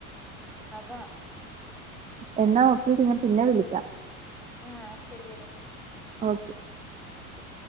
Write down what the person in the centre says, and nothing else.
അതാ
ആഹ ശരിയഡി
ഓക്കെ